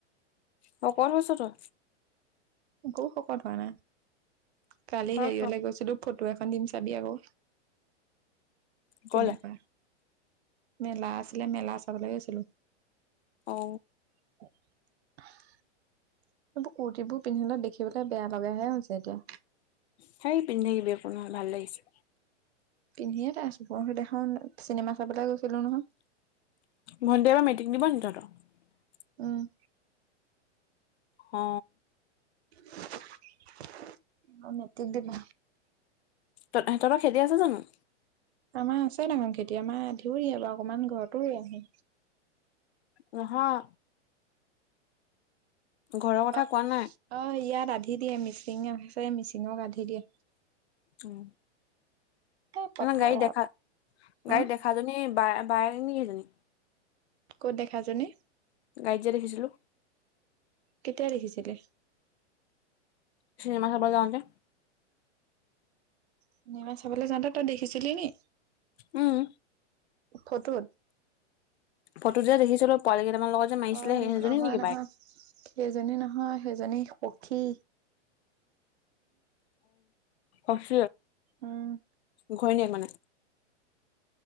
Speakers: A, on the left; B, on the right.
A: শকত হৈছ তই
B: একো শকত হোৱা নাই কালি
A: হৈছো
B: হেৰি হলে গৈছিলো ফ টো এখন দিম চাবি আকৌ
A: ক'লে
B: কেনেকুৱা মেলা আছিলে মেলা চাবলে গৈছিলো
A: অ
B: <unintelligible> এইবোৰ কুৰ্তীবোৰ পিন্ধিলে দেখিবলৈ বেয়া লগাহে হৈছে এতিয়া
A: সেই পিন্ধি থাকিবি একো নহয় ভাল লাগিছে
B: পিন্ধেই তাো আছো পৰহি দিনাখন চিনেমা চাবলৈ গৈছিলো নহয়
A: ভণ্টিয়ে এইবা মেট্ৰিক দিব নেকি তহঁত
B: উম
A: অ
B: এইবাৰ মেট্ৰিক দিব
A: তহঁতৰ খেতি আছে জানো
B: আমাৰ আছে ডাঙৰ খেতি আমাৰ ধেইৰোৱে বাও অকমান ঘৰতো ৰুই আহো
A: নহয় ঘৰৰ কথা
B: অ
A: কোৱা নাই।
B: অ ইয়াত আধি দিয়ে মিচিং আছে মিচিঙক আধি দিয়ে
A: উম
B: এ পথাৰ
A: ন গাড়ী দেখা গাড়ীত
B: অ
A: দেখাজনী বা বাই নেকি হেইজনী
B: ক'ত দেখা জনী
A: গাড়ীত যে দেখিছিলো
B: কেতিয়া দেখিছিলি
A: চিনেমা চাব যাওঁতে
B: চিনেমা চাবলৈ যাওঁতে তই দেখিছিলি নি
A: উম,
B: ফটোত
A: ফটো যে দেখিছিলো পোৱালি কেইটামান লগত যে মাৰিছিলে
B: অ
A: সেইজনী
B: নহয়
A: নেকি
B: নহয়
A: বায়েক?
B: সেইজনী নহয় সেইজনী পখী
A: অচ
B: উম
A: ঘৈণীয়েক মানে